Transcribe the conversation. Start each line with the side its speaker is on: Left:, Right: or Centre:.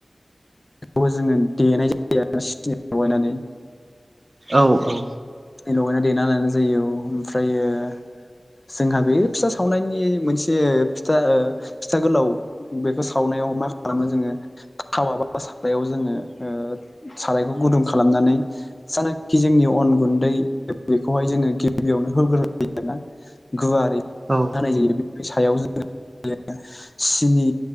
Left: बेखौबो जोङो देनाय जायो आरोना सिनि लगायनानै।
Right: औ औ
Left: लगायना देना लानाय जायो औ ओमफ्रायो जोंहा बे फिथा सावनायनि मोनसे फिथा ओ फिथा गोलाव बेखौ सावनायाव मा खालामो जोङो थावा बा सारायाव जोङो सारायखौ गुदुं खालामनानै जानाखि जोंनि अन गुन बेखौहाय जोङो गिबियावनो होग्रोनाय जायो आरोना गुवारै।
Right: औ
Left: होनाय जायो बे सायाव जोङो <unintelligible> सिनि